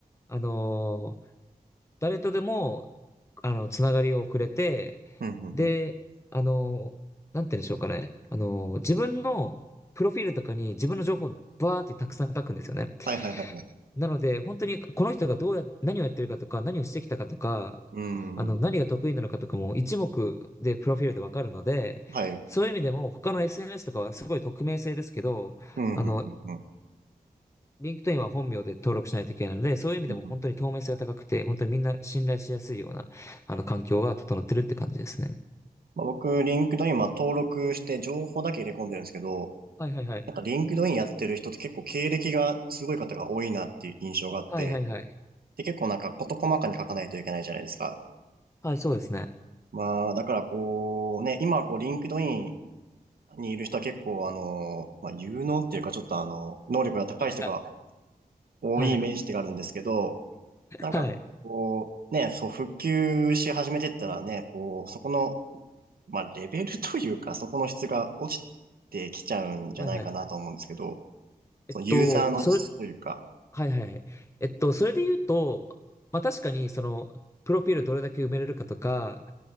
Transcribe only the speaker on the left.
あの誰とでも、あの、つながりをくれて、
で、
あの、なんて言うんでしょうかね。あの、自分のプロフィールとかに自分の情報をバーってたくさん書くんですよね。
なので、本当にこの人がどうや、何をやってるかとか、何をしてきたかとか、
あの、何が得意なのかとかも一目
でプロフィールでわかるので、
そういう意味でも他の SNS とかはすごい匿名性ですけど、
あの、
リンクトインは本名で登録しないといけないので、そういう意味でも本当に透明性が高くて、
本当にみんな信頼しやすいような、あの、環境が整ってるって感じですね。
はいはいはい。
はいはいはい。
はい、そうですね。
あ、なんか、
はい。
はい。
はいはい。
えっと、それ、はいはい。えっと、それで言うと、まあ確かに、その、プロフィールどれだけ埋めれるかとか、